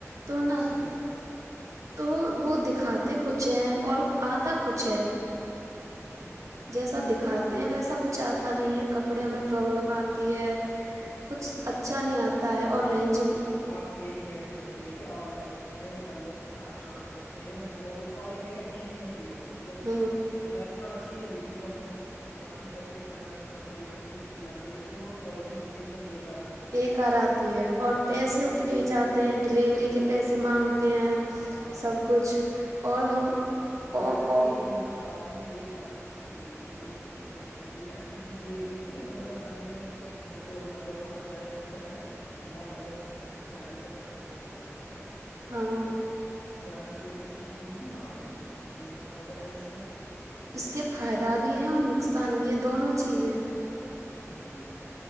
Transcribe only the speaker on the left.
ج آپ
جی <unintelligible>
جی
ہاں
آپ یہ کہنا چاہتے ہیں کہ آن لائن میں مطلب ہم شاپنگ کرتے ہیں مطلب وہ کوالٹی اچ اچ نہیں ہوتی مطلب
دکھاتے تو ا <unintelligible> اچھی ہے لیکن جب ہم شاپنگ کرتے ہیں گھر میں کپڑے یا کچھ بھی لاتے ہیں تو وہ کوالٹی ایک دم بیکار ہوتی ہے
جی
جی
ہاں
جی
جی
مگر
ایک مطلب آپ ہم نے یہ بات اچھی کی لیکن ایک مطلب چیز ایک اچھی چیز یہ ہے کہ مطلب ہمیں نہ تو مطلب وقت ضائع ہوتا ہے <unintelligible> نہ مطلب گاڑی کا خرچہ دینا پڑتا ہے
یہاں سے تو ایک اچھی چیز ہے نا آن لائن شاپنگ یہ تو فائدہ ہے اس کا
جی جی